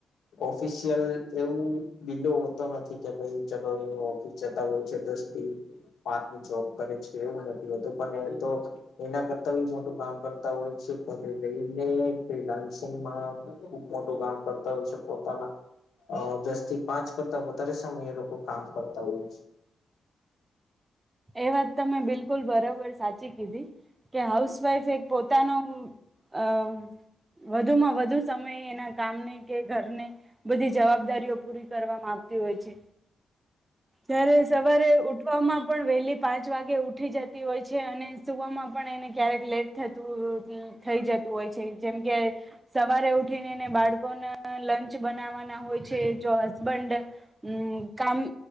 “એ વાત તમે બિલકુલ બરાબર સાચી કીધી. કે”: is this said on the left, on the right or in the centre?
Right